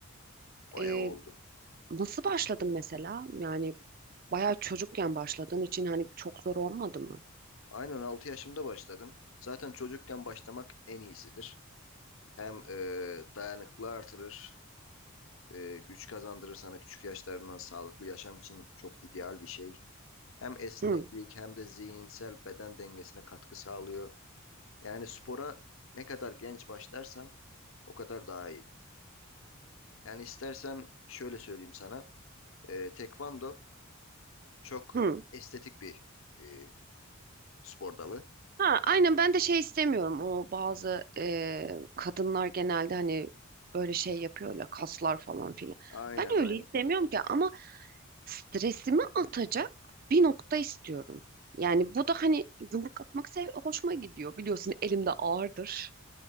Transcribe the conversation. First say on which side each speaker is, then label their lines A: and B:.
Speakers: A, on the left; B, on the right.
A: Bayağı
B: Ee,
A: oldu.
B: nasıl başladın mesela? Yani bayağı çocukken başladığın için hani çok zor olmadı mı?
A: Aynen 6 yaşımda başladım. Zaten çocukken başlamak en iyisidir. Hem eee dayanıklı artırır E, güç kazandırır sana küçük yaşlarından sağlıklı yaşam için çok ideal bir şey. Hem esneklik
B: Hı,
A: hem de zihinsel beden dengesine katkı sağlıyor. Yani spora ne kadar genç başlarsan o kadar daha iyiydi. Yani istersen şöyle söyleyeyim sana. E, tekvando çok
B: hı.
A: estetik bir e, spor dalı.
B: Ha, aynen ben de şey istemiyorum. O bazı e, kadınlar genelde hani böyle şey yapıyorlar kaslar falan filan.
A: Aynen
B: Ben
A: aynen.
B: öyle istemiyorum ki ama stresimi atacak bir nokta istiyorum. Yani bu da hani yumruk atmak sev hoşuma gidiyor. Biliyorsun elimde ağırdır.